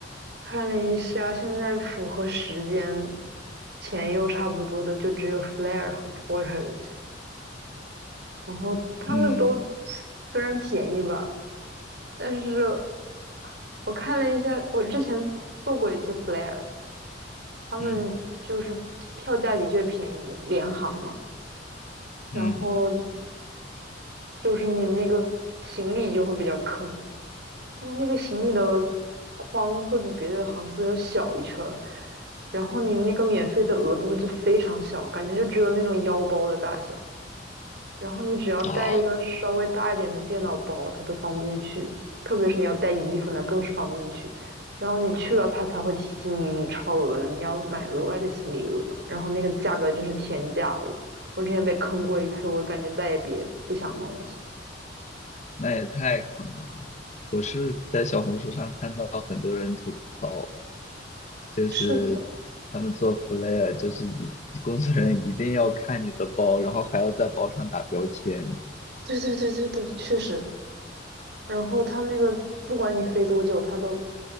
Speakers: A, on the right; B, on the left.
A: 看了一下，现在符合时间、钱又差不多的，就只有 Flair 和 Porter，然后他们都
B: 嗯
A: 虽然便宜吧，但是我看了一下，我之前做过一次 Flair，他们就是票价的确便宜，
B: 嗯
A: 联航嘛，然后
B: 嗯，
A: 就是你那个行李就会比较坑，他们那个行李的框会比别的航司要小一圈儿，然后你那个免费的额度就非常小，感觉就只有那种腰包的大小。然后你只要带一个稍微大一点的电脑包，
B: 啊，
A: 它都放不进去，特别是你要带衣服那更是放不进去。然后你去了，它才会提醒你你超额了，你要买额外的行李额。然后那个价格真是天价哦！我我之前被坑过一次，我感觉再也别不想弄了。
B: 那也太坑了。我是在小红书上看到很多人吐槽，就是他们做
A: 是的，
B: flair，就是一工作人员一定要看你的包，然后还要在包上打标签。
A: 对对对对对，确实，然后他们那个不管你飞多久，他都